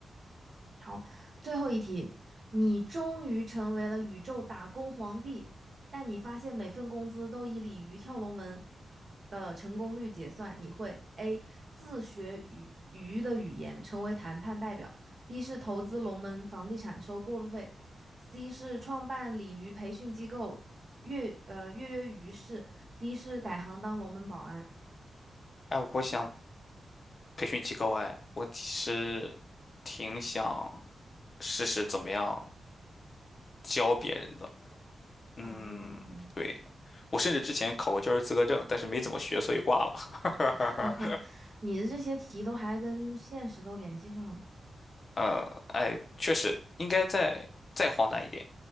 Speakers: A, on the right; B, on the left.
A: 好，最后一题，你终于成为了宇宙打工皇帝，但你发现每份工资都以鲤鱼跳龙门的成功率结算，你会 A 自学语鱼的语言，成为谈判代表；B 是投资龙门房地产收过路费；C 是创办鲤鱼培训机构，跃呃跃跃欲试；D 是改行当龙门保安。
B: 哎，我想培训机构哎，我其实挺想试试怎么样教别人的。嗯，
A: 哦，
B: 对，我甚至之前考过教师资格证，但是没怎么学，所以挂了。
A: <laughs> 你的这些题都还跟现实都联系上了。
B: <laughs> 呃，哎，确实应该再再荒诞一点，